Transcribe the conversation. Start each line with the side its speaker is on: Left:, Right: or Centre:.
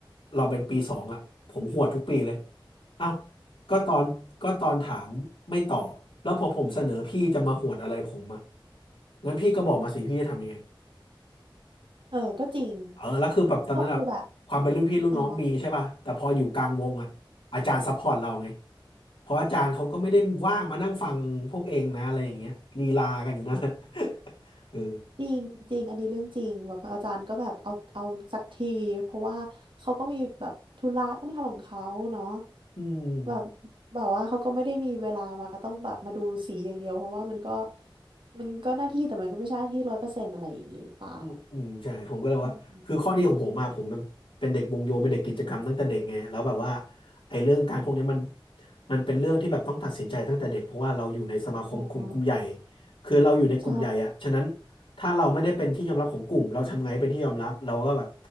Left: เราเป็นปีสองอ่ะผมหวดทุกปีเลยเอ้าก็ตอนก็ตอนถามไม่ตอบแล้วพอผมเสนอพี่จะมาหวดอะไรผมอ่ะงั้นพี่ก็บอกมาสิพี่จะทำยังไง
Right: เออก็จริง
Left: เออแล้วคือแบบตอนนั้นอะความเป็นรุ่นพี่รุ่นน้องมีใช่ป่ะแต่พออยู่กลางวงอะอาจารย์ซัพพอร์ตเราไง
Right: ก็คือแบบอ๋อ
Left: เพราะอาจารย์เขาก็ไม่ได้ว่างมานั่งฟังพวกเองนะอะไรอย่างเงี้ยลีลากันอยู่นั่นน่ะ <laughs> เออ
Right: จริงจริงอันนี้เรื่องจริงแบบอาจารย์ก็แบบเอาเอาสักทีเพราะว่าเขาก็มีแบบธุระต้องทำของเขาเนาะ
Left: อืม
Right: แบบแบบว่าเขาก็ไม่ได้มีเวลามาต้องแบบมาดูสีอย่างเดียวเพราะว่ามันก็มันก็หน้าที่แต่มันก็ไม่ใช่หน้าที่ร้อยเปอร์เซ็นต์อะไรอย่างนี้หรือเปล่า
Left: อืมอืมใช่ผมก็เลยว่าคือข้อดีของผมมาผมเป็นเป็นเด็กวงโยเป็นเด็กกิจกรรมตั้งแต่เด็กไงแล้วแบบว่า
Right: อืม
Left: ไอ้เรื่องการพวกนี้มันมันเป็นเรื่องที่แบบต้องตัดสินใจตั้งแต่เด็กเพราะว่าเราอยู่ในสมาคมกลุ่มกลุ่มใหญ่
Right: อ๋อ
Left: คือเราอยู่ในกลุ่มใหญ่อะฉะนั้น
Right: ใช่
Left: ถ้าเราไม่ได้เป็นที่ยอมรับของกลุ่มเราทำไงหเป็นที่ยอมรับเราก็แบบ